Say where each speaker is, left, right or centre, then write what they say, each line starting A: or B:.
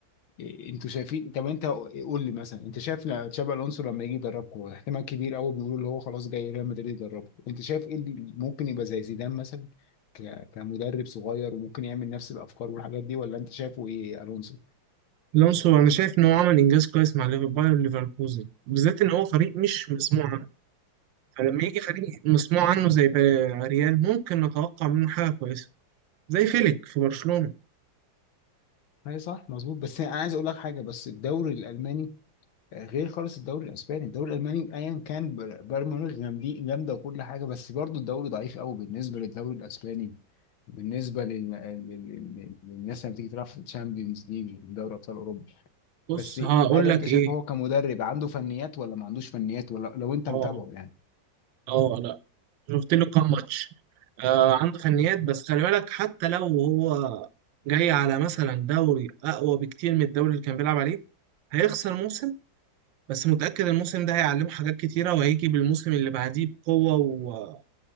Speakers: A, on the left; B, on the right.
A: انتوا شايفين طب انت قول لي مثلا انت شايف لا- تشابي الونسو لما يجي يدربكم هو احتمال كبير قوي بيقولوا اللي هو خلاص جاي ريال مدريد يدربكم انت شايف ايه اللي ممكن يبقى زي زيدان مثلا ك- كمدرب صغير وممكن يعمل نفس الافكار والحاجات دي ولا انت شايفه ايه الونسو؟
B: الونسو انا شايف ان هو عمل انجاز كويس مع ليفر- باير ليفركوزن بالذات ان هو فريق مش مسموع عنه فلما يجي فريق مسموع عنه زي بقى ريال ممكن نتوقع منه حاجه كويسه زي فيليك في برشلونه
A: اي صح مظبوط بس انا عايز اقول لك حاجه بس الدوري الالماني غير خالص الدوري الاسباني الدوري الالماني ايا كان بر- بايرن ميونخ جامدين- جامده وكل حاجه بس برضو الدوري ضعيف قوي بالنسبه للدوري الاسباني بالنسبه لل... لل... لل- للناس لما تيجي تلعب في الشامبيونز ليج دوري ابطال اوروبا
B: بص
A: بس
B: هقول
A: هل
B: لك
A: انت شايف
B: ايه
A: هو كمدرب عنده فنيات ولا ما عندوش فنيات ولا لو انت
B: اه
A: متابعه يعني
B: اه شفت له كام ماتش آه عنده فنيات بس خلي بالك حتى لو هو جاي على مثلا دوري اقوى بكتير من الدوري اللي كان بيلعب عليه هيخسر موسم بس متأكد الموسم ده هيعلمه حاجات كتيرة وهيجي بالموسم اللي بعديه بقوة و...